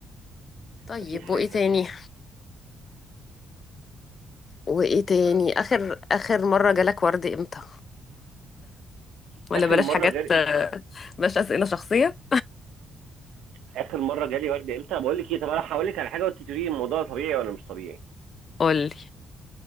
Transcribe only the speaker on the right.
اكيد حاجه
حلوه
آه.
اخر
مره
جالي
اخر مره جالي ورد امتى بقول لك ايه طب انا هقول لك على حاجه وانت تقولي لي الموضوع ده طبيعي ولا مش طبيعي